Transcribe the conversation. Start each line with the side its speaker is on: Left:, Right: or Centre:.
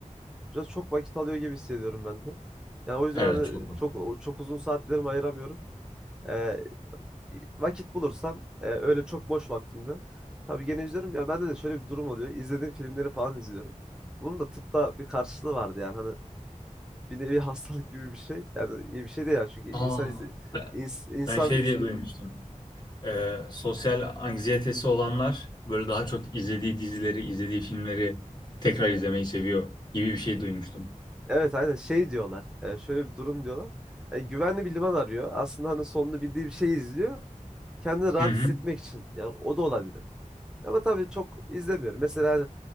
Centre: Biraz çok vakit alıyor gibi hissediyorum ben de. Yani o yüzden
Left: Evet,
Centre: hani
Left: çok vakit.
Centre: çok çok uzun saatlerimi ayıramıyorum. Ee, vakit bulursam e, öyle çok boş vaktimde tabii gene izliyorum ya bende de şöyle bir durum oluyor. İzlediğim filmleri falan izliyorum. Bunun da tıpta bir karşılığı vardı yani hani bir nevi <laughs> hastalık gibi bir şey. Yani iyi bir şey değil yani çünkü insan
Left: Aa,
Centre: izle,
Left: ben,
Centre: ins- insan
Left: ben şey
Centre: iz,
Left: diye duymuştum. e, sosyal anksiyetesi olanlar böyle daha çok izlediği dizileri, izlediği filmleri tekrar izlemeyi seviyor gibi bir şey duymuştum.
Centre: evet aynen şey diyorlar. e, şöyle bir durum diyorlar. Yani güvenli bir liman arıyor. Aslında hani sonunu bildiği bir şey izliyor. Kendini rahat
Left: Hı hı.
Centre: hissetmek için. Yani o da olabilir. Ama tabii çok izlemiyorum. Mesela